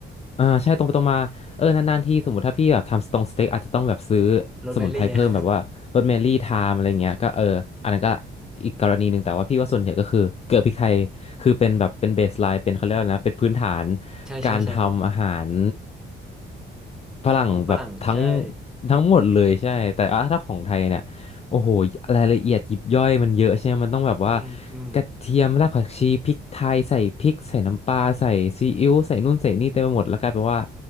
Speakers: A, on the left; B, in the centre.
A: อ่าใช่ตรงไปตรงมาเออนานๆทีสมมติถ้าพี่แบบทำสตงสเต็กอาจจะต้องแบบซื้อ
B: โรสแมรี่อะ
A: สมุนไพรเพิ่มแบบว่าโรสแมรี่ไทม์อะไรเงี้ยก็เอออันนั้นก็อีกกรณีหนึ่งแต่ว่าพี่ว่าส่วนใหญ่ก็คือเกลือพริกไทยคือเป็นแบบเป็นเบสไลน์เป็นเขาเรียกอะไรนะเป็นพื้นฐาน
B: <laughs> ใช่ใช่ใช่
A: การทำอาหาร ฝรั่งแบบทั้ง
B: ของฝรั่งใช่
A: ทั้งหมดเลยใช่แต่อ่ะถ้าของไทยเนี่ยโอ้โหรายละเอียดยิบย่อยมันเยอะใช่ไหมมันต้องแบบว่า
B: อืมอืม
A: กระเทียมรากผักชีพริกไทยใส่พริกใส่น้ำปลาใส่ซีอิ๊วใส่นู่นใส่นี่เต็มไปหมดแล้วกลายเป็นว่า